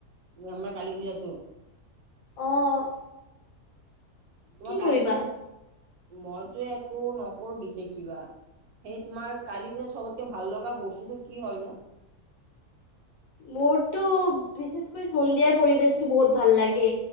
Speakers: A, on the right (about 75°); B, on the left (about 70°).
A: আমাৰ কালী পূজাটো।
B: অঁহ
A: তোমাৰ কালি
B: কৰিবা
A: পূজাত মইতো একো নকৰো বিশেষ কিবা। সেই তোমাৰ কালী পূজাত চবতকে ভাল লগা বস্তুটো কি হয় নো?
B: মোৰতো বিশেষকৈ সন্ধিয়াৰ পৰিবেশটো বহুত ভাল লাগে।